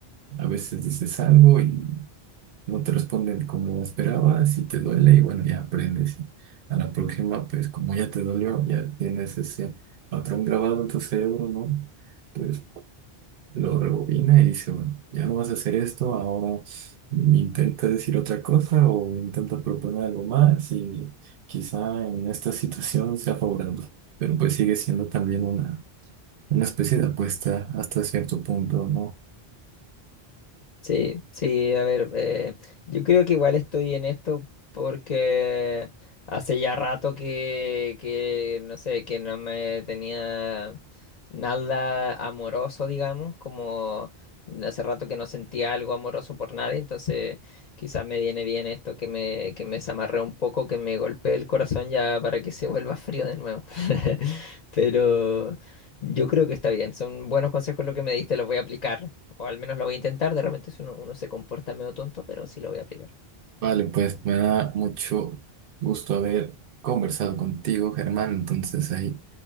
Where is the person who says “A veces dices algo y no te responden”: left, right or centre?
Right